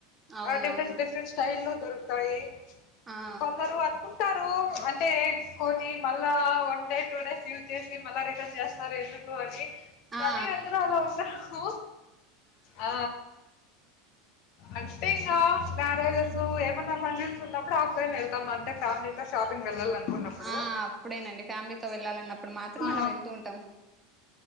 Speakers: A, on the right; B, on the left.
A: అవునవును
B: ఆ డిఫరెంట్ డిఫరెంట్ స్టైల్లో దొరుకుతాయి
A: ఆ
B: కొందరు అనుకుంటారూ అంటే కొని మళ్ళా one day two days use చేసి మళ్ళా రిటర్న్ జేస్తారు ఎందుకూ అని
A: ఆ
B: కానీ అందరూ అలా ఉండరూ ఆ
A: <inaudible>
B: అంటే ఇంగా మ్యారేజెసు ఏమన్నా ఫంక్షన్సున్నప్పుడు ఆఫ్లైన్ వెళ్తాం అంటే ఫ్యామిలీతో షాపింగ్ వెళ్ళాల కున్నప్పుడు
A: ఆ అప్పుడేనండి ఫ్యామిలీతో వెళ్ళాలన్నప్పుడు మాత్రం
B: ఆ
A: అలా వెళ్తూ ఉంటాం